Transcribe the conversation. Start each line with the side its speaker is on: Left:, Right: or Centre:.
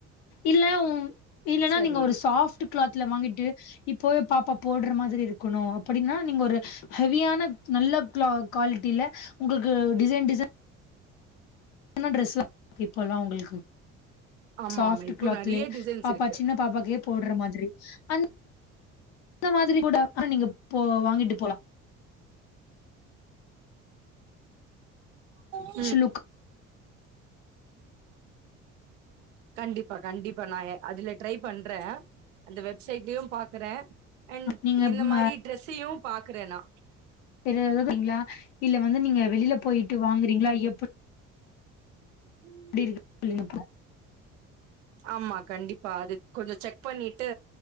Left: இல்லவு இல்லைன்னா
Right: சரி
Left: நீங்க ஒரு சாஃப்ட் கிளாத்ல வாங்கிட்டு இப்போவே பாப்பா போடுற மாதிரி இருக் க்கணு அப்டின்னா நீங்க ஒரு ஹெவியான நல்ல கு குவாலிட்டில உங்களுக்கு டிசைன் டிசைன் என்ன ட்ரெஸ் வாங்கிட்டு போல்லா அவங்களுக்கு
Right: ஆமா
Left: சாஃப்ட்
Right: ஆமா இப்போ
Left: கிளாத்ல
Right: நெறைய டிசைன்ஸ்
Left: பாப்பா
Right: இருக்கு
Left: சின்ன பாப்பா கே போடுற மாதிரி அந் அந்த மாதிரி கூட நீங்க போ வாங்கிட்டு போலாம்
Right: ஆ
Left: ஷி லுக்
Right: கண்டிப்பா கண்டிப்பா நா அதுல ட்ரை பண்றே அந்த வெப்சைட்லயு பாக்குறே அண்ட்
Left: நீங்க
Right: இந்த மாதிரி ட்ரெஸ்ஸையு பாக்குறேன் நா
Left: பெரியது வங்கலா இல்ல வந்து நீங்க வெளியில போயிட்டு வாங்குறீங்களா எப்பு
Right: உம்
Left: எப்டி இருக்கு <unintelligible>
Right: ஆமா கண்டிப்பா அது கொஞ்சோ செக் பண்ணிட்டு